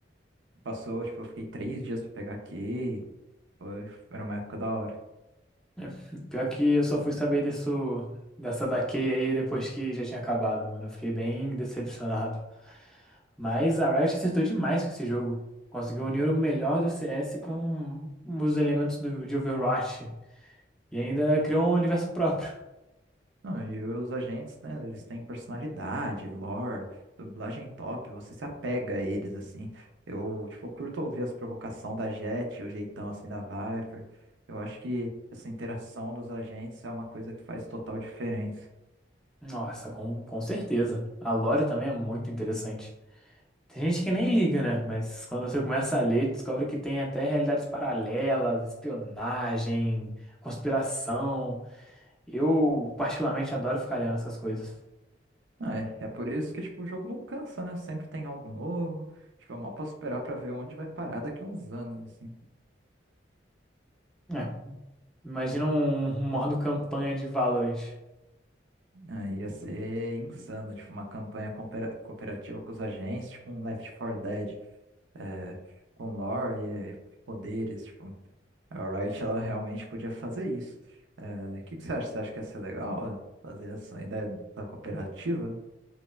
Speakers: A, on the right (about 85°); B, in the centre.
A: passou, tipo, eu fiquei três dias pra pegar a Kay. Foi, era uma época da hora.
B: É, pior que eu só fui saber disso, dessa da Kay aí depois que já tinha acabado, mano. Eu fiquei bem decepcionado. Mas a Riot acertou demais com esse jogo. Conseguiu unir o melhor do CS com os elementos do, de Overwatch. E ainda criou um universo próprio.
A: Não, e os agentes, né, eles têm personalidade, lore, dublagem top, você se apega a eles, assim. Eu, tipo, curto ouvir as provocações da Jet, o jeitão, assim, da Viper. Eu acho que essa interação dos agentes é uma coisa que faz total diferença.
B: Nossa, com, com certeza. A lore também é muito interessante. Tem gente que nem liga, né? Mas quando você começa a ler, descobre que tem até realidades paralelas, espionagem, conspiração. Eu particularmente adoro ficar lendo essas coisas.
A: Ah, É, é por isso que, tipo, o jogo não cansa, né? Sempre tem algo novo. Tipo, eu mal posso esperar pra ver onde vai parar daqui a uns anos, assim.
B: É, imagina um <laughs> modo campanha de Valorant.
A: Ah, ia ser insano, tipo, uma campanha compera- cooperativa com os agentes, tipo um Left 4 Dead. é, com lore e e poderes, tipo, a Riot ela realmente podia fazer isso. É, o que que você acha? Você acha que ia ser legal fazer essa ideia da cooperativa?